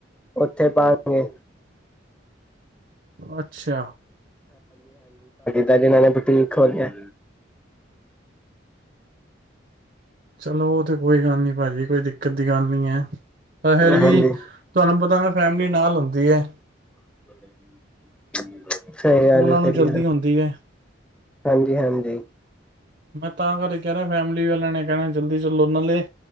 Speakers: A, in the centre; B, on the right (about 50°).
A: ਉੱਥੇ ਪਾਗੇ
B: ਅੱਛਾ
A: ਦ ਜਿਨਾਂ ਨੇਠੀਕ ਹੋੋਲਿਆ
B: ਚਲੋ ਉਹ ਤੇ ਕੋਈ ਗੱਲ ਨਹੀਂ ਭਾਜੀ ਕੋਈ ਦਿੱਕਤ ਦੀ ਗੱਲ ਨਹੀਂ ਹੈ ਤਾਂ ਫਿਰ ਵੀ
A: ਹਾਂਜੀ
B: ਤੁਹਾਨੂੰ ਪਤਾ ਨਾ ਫੈਮਿਲੀ ਨਾਲ ਹੁੰਦੀ ਹੈ
A: <unintelligible> ਸਹੀ ਗੱਲ
B: ਉਹਨਾਂ
A: ਐ
B: ਨੂੰ
A: ਸਹੀ
B: ਜਲਦੀ
A: ਗੱਲ
B: ਹੁੰਦੀ ਹੈ
A: ਹਾਂਜੀ ਹਾਂਜੀ
B: ਮੈਂ ਤਾਂ ਕਰ ਕਹਿ ਰਿਹਾ ਫੈਮਿਲੀ ਵਾਲਿਆਂ ਨੇ ਕਹਿਣਾ ਜਲਦੀ ਚਲੋ ਨਾਲੇ